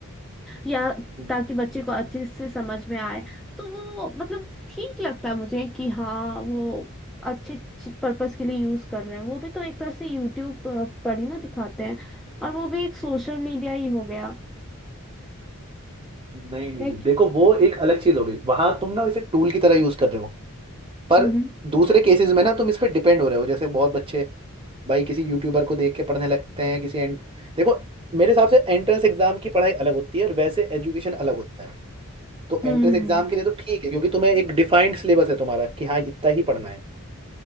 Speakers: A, in the centre; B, on the right (about 25°).
A: या
B: नहीं
A: ताकि बच्चे को अच्छे से समझ में आए तो वो मतलब ठीक लगता है मुझे कि हाँ वो अच्छे पर्पस के लिए यूज कर रहे हैं वो भी तो एक तरह से यूट्यूब पर ही ना दिखाते हैं और वो भी एक सोशल मीडिया ही हो गया
B: नहीं नहीं
A: है
B: देखो
A: कि-
B: वो एक अलग चीज हो गई वहां तुम ना इसे टूल की तरह यूज कर रहे हो पर
A: हम्म
B: दूसरे केसेस में ना तुम इस पे डिपेंड हो रहे हो जैसे बहुत बच्चे भाई किसी यूट्यूबर को देख के पढ़ने लगते हैं किसी एंड देखो मेरे हिसाब से एंट्रेंस एग्जाम की पढ़ाई अलग होती है और वैसे एजुकेशन अलग होता है तो
A: हम्म
B: एंट्रेंस एग्जाम के लिए तो ठीक है क्योंकि तुम्हें एक डिफाइंड सिलेबस है तुम्हारा कि हाँ इतना ही पढ़ना है